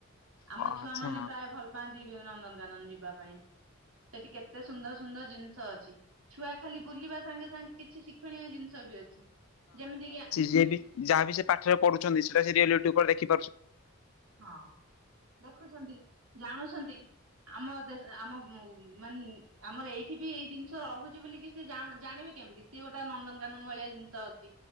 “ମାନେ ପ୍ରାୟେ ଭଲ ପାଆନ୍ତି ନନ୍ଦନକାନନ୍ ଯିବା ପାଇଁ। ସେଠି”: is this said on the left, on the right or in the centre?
Right